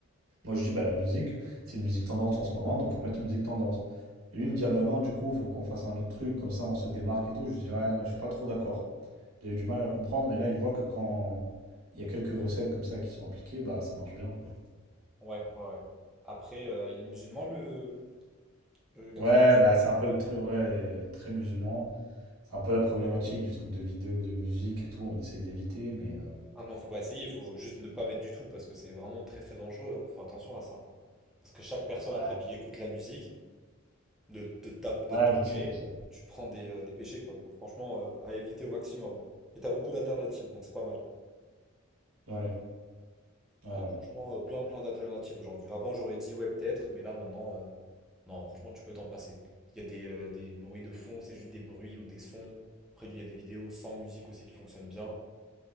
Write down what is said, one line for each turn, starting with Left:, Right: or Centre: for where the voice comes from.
Right: Moi je dis bah la musique, c'est une musique tendance en ce moment, donc faut mettre une musique tendance. Et lui il me dit ah bah non du coup faut qu'on fasse un autre truc, comme ça on se démarque et tout. Je dis ouais là, je suis pas trop d'accord. Il a eu du mal à le comprendre, mais là il voit que quand il y a quelques recettes comme ça qui sont appliquées, bah ça marche bien quoi.
Centre: Ouais, ouais, ouais. Après, euh, il est musulman, le, le garçon
Right: Ouais
Centre: qui vous surveille
Right: bah c'est un peu le truc ouais, très musulman. C'est un peu la problématique du truc de vidéo, de musique et tout, on essaye d'éviter, mais euh,
Centre: Ah non, faut pas essayer, il faut juste ne pas mettre du tout, parce que c'est vraiment très très dangereux, hein. Faut attention à ça. Parce que chaque personne,
Right: ouais,
Centre: après, qui écoute la musique, de, de, ta- de
Right: ouais,
Centre: tout
Right: je
Centre: gré,
Right: sais, je sais.
Centre: tu prends des, euh, des péchés, quoi. Donc franchement, euh, à éviter au maximum. hein. Et t'as beaucoup d'alternatives, donc c'est pas mal.
Right: Ouais, ouais, ouais.
Centre: T'as franchement euh, plein plein d'alternatives aujourd'hui. Avant j'aurais dit ouais peut-être, mais là maintenant euh, non franchement tu peux t'en passer. Il y a des, euh, des bruits de fond, c'est juste des bruits ou des sons. Après il y a des vidéos sans musique aussi qui fonctionnent bien.